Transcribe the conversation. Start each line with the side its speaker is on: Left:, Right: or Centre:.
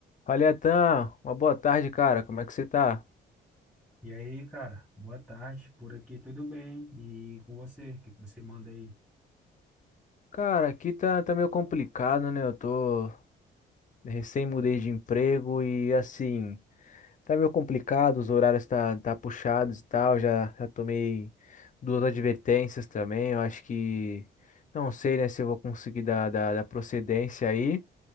Left: Fala, Iatan. uma boa tarde, cara. Como é que você tá?
Centre: E aí, cara, boa tarde. Por aqui tudo bem? E com você, o que que você manda aí?
Left: Cara, aqui tá, tá meio complicado, né? Eu tô recém mudei de emprego e assim, Tá meio complicado, os horários tá, tá puxados e tal. Já, já tomei duas advertências também. Eu acho que não sei, né, se eu vou conseguir dar, dar, dar procedência aí,